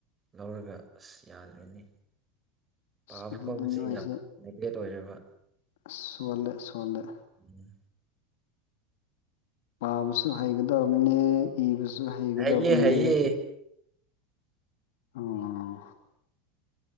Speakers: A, on the right (about 25°); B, on the left (about 75°).
A: ꯂꯧꯔꯒ ꯑꯁ ꯌꯥꯗ꯭ꯔꯅꯤ ꯄꯥꯕ
B: ꯑꯁ ꯑꯗꯨꯗꯤ
A: ꯈꯣꯠꯄꯁꯦ
B: ꯅꯣꯏꯁꯦ
A: ꯌꯥꯝ ꯅꯦꯒ꯭ꯂꯦꯠ ꯑꯣꯏꯔꯦꯕ
B: ꯑꯁ ꯁꯣꯜꯂꯦ ꯁꯣꯜꯂꯦ
A: ꯎꯝ
B: ꯄꯥꯕꯁꯨ ꯍꯩꯒꯗꯕꯅꯦ ꯏꯕꯁꯨ ꯍꯩꯒꯗꯕꯅꯦ
A: ꯍꯩꯌꯦ ꯍꯩꯌꯦ
B: ꯑꯣ